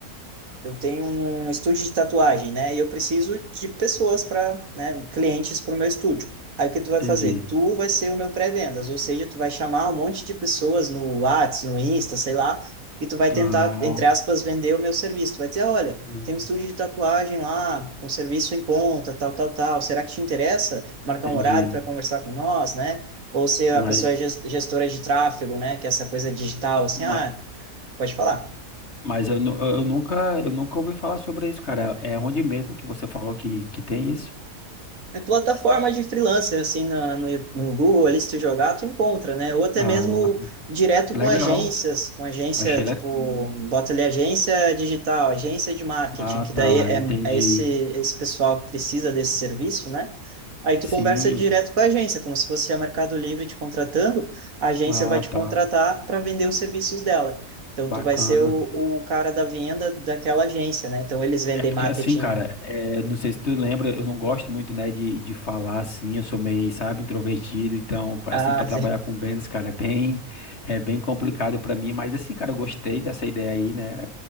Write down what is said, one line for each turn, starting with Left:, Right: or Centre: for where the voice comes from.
Right: eu tenho um estúdio de tatuagem, né? E eu preciso de pessoas para, né, clientes para o meu estúdio. Aí o que tu vai
Left: entendi.
Right: fazer? Tu vai ser o meu pré-vendas, ou seja, tu vai chamar um monte de pessoas no Whats, no Insta, sei lá, e tu vai tentar,
Left: Ah,
Right: entre aspas, vender o meu serviço. Tu vai dizer, olha,
Left: hum,
Right: tem um estúdio de tatuagem lá, um serviço em conta, tal, tal, tal. Será que te interessa marcar
Left: entendi.
Right: um horário para conversar com nós, né? Ou se a
Left: Mas,
Right: pessoa é ges- gestora de tráfego, né? Que é essa coisa digital, assim, ah,
Left: ma-
Right: pode falar.
Left: mas eu, nu- eu nunca, eu nunca ouvi falar sobre isso, cara. É onde mesmo que você falou que, que tem isso?
Right: É plataforma de freelancer, assim, na, no, no Google, ali, se tu jogar, tu encontra, né? Ou até
Left: Ah,
Right: mesmo direto
Left: legal.
Right: com agências, com agência,
Left: Achei
Right: tipo,
Left: legal.
Right: bota ali agência digital, agência de marketing,
Left: Ah,
Right: que
Left: tá,
Right: daí é,
Left: entendi.
Right: é esse, esse pessoal que precisa desse serviço, né? Aí tu
Left: Sim.
Right: conversa direto com a agência, como se fosse a Mercado Livre te contratando, a agência
Left: Ah,
Right: vai te contratar
Left: tá.
Right: para vender os serviços dela. Então,
Left: Bacana.
Right: tu vai ser o, o cara da venda daquela agência, né? Então, eles vendem
Left: É porque
Right: marketing...
Left: assim, cara, é, não sei se tu lembra, eu não gosto muito, né, de, de falar assim, eu sou meio, sabe, introvertido, então, pra-
Right: Ah,
Left: assim, para trabalhar com vendas, cara, é bem, é bem complicado pra mim, mas assim, cara, eu gostei dessa ideia aí, né,